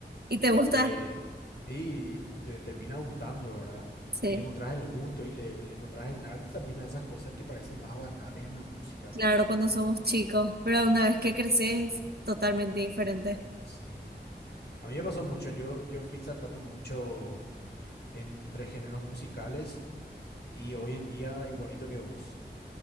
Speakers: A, on the right; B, on the left.
A: ¿Y te gusta?
B: que sí, y te termina gustando, ¿verdad?
A: Sí,
B: Y le encontrás el gusto y le, le encontrás el arte también a esas cosas que parecen más banales en la música.
A: claro, cuando somos chicos, pero una vez que creces es totalmente diferente.
B: Sí. A mí me pasó mucho, yo, yo fui saltando mucho entre géneros musicales y hoy en día igualito que vos.